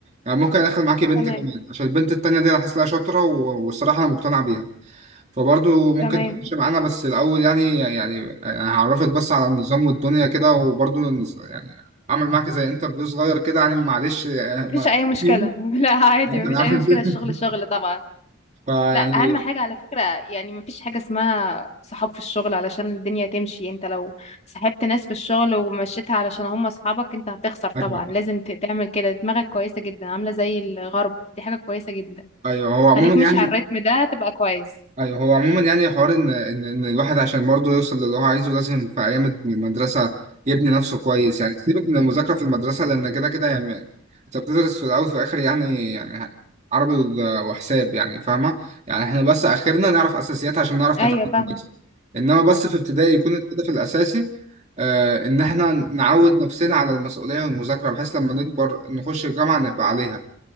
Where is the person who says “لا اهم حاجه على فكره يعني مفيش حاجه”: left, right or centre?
Left